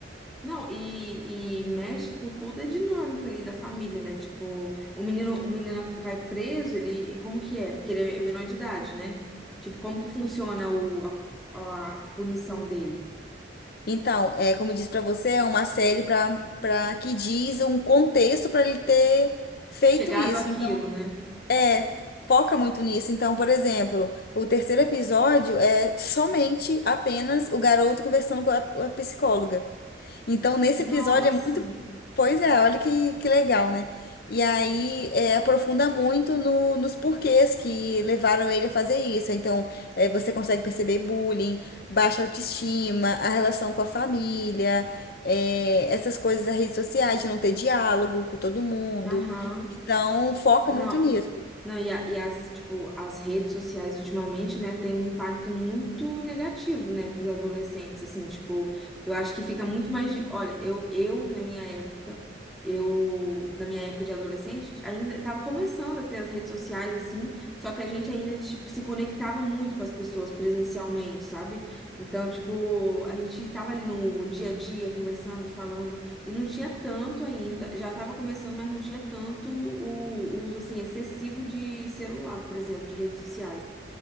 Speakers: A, in the centre; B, on the left.
A: Não, e, e mexe com toda a dinâmica ali da família, né? Tipo, o menino, o menino vai preso, ele, como que é? Porque ele é menor de idade, né? Tipo, como que funciona o, a, a- a punição dele?
B: Então, é, como eu disse para você, é uma série para para que diz um contexto para ele ter feito
A: Chegado
B: isso.
A: àquilo,
B: Então,
A: né?
B: é, foca muito nisso. Então, por exemplo, o terceiro episódio é somente apenas o garoto conversando com a a psicóloga. Então, nesse episódio
A: Nossa,
B: é muito. Pois é, olha que, que legal, né? E aí é, aprofunda muito no, nos porquês que levaram ele a fazer isso. Então, é, você consegue perceber bullying, baixa autoestima, a relação com a família, é, essas coisas das redes sociais, de não ter diálogo com todo mundo.
A: aham.
B: Então, foca
A: Não,
B: muito nisso.
A: Não, e, a- e as, tipo, as redes sociais ultimamente, né, tem um impacto muito negativo, né, para os adolescentes, assim, tipo, eu acho que fica muito mais, di- olha, eu, eu na minha época, eu na minha época de adolescente ainda estava começando a ter as redes sociais, assim, só que a gente ainda, tipo, se conectava muito com as pessoas presencialmente, sabe? Então, tipo, a gente tava ali no dia a dia conversando e falando e não tinha tanto ainda, já estava começando, mas não tinha tanto o, o uso assim excessivo de celular, por exemplo, de redes sociais.